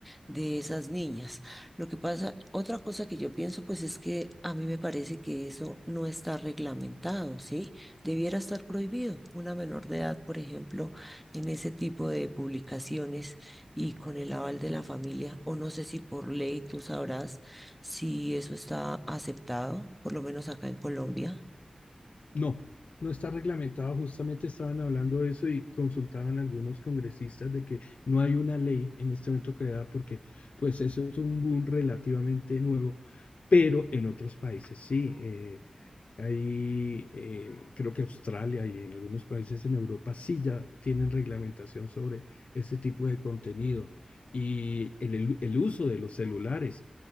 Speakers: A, in the centre; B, on the left.
A: de esas niñas. Lo que pasa, otra cosa que yo pienso, pues es que a mí me parece que eso no está reglamentado, ¿sí? Debiera estar prohibido una menor de edad, por ejemplo, en ese tipo de publicaciones y con el aval de la familia, o no sé si por ley tú sabrás si eso está aceptado, por lo menos acá en Colombia.
B: No, no está reglamentado. Justamente estaban hablando de eso y consultaban algunos congresistas de que no hay una ley en este momento creada porque pues eso es un boom relativamente nuevo, pero en otros países sí. eh, hay, eh, creo que Australia y en algunos países en Europa sí ya tienen reglamentación sobre ese tipo de contenido y el, el el uso de los celulares